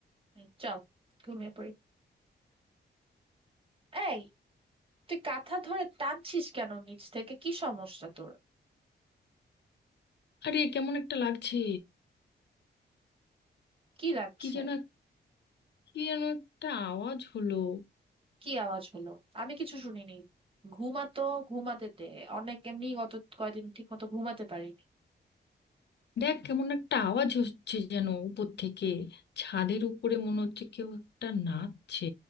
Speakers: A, on the right; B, on the left.
A: হুম, চল ঘুমিয়ে পড়ি এই তুই কাঁথা ধরে টানছিস কেন নিচ থেকে কি সমস্যা তোর
B: আরে কেমন একটা লাগছে
A: কি লাগছে
B: কি যেন এক- কি যেন একটা আওয়াজ হলো
A: কি আওয়াজ হলো আমি কিছু শুনিনি ঘুমাতো ঘুমাতে দে অনেক এমনি গত কয়দিন ঠিক মতো ঘুমাতে পারিনি
B: দেখ কেমন একটা আওয়াজ হচ্ছে যেন উপর থেকে ছাদের উপরে মনে হচ্ছে কেউ একটা নাচছে